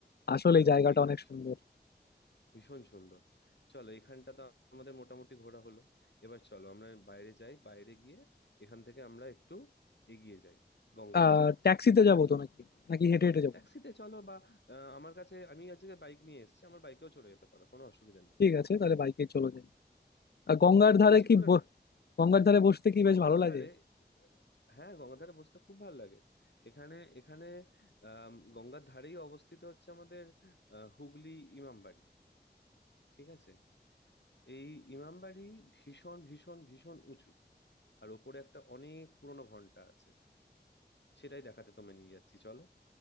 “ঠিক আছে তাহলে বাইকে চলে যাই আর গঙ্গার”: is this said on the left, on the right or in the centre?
Left